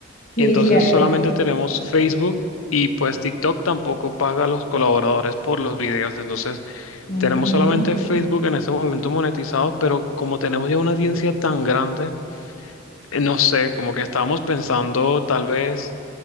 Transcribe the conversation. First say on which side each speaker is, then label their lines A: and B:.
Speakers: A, on the left; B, on the left.
A: Sí,
B: Entonces
A: cierto.
B: solamente tenemos Facebook y pues TikTok tampoco paga a los colaboradores por los videos. Entonces
A: Ujú.
B: tenemos solamente Facebook en este momento monetizado, pero como tenemos ya una audiencia tan grande, eh, no sé, como que estábamos pensando tal vez,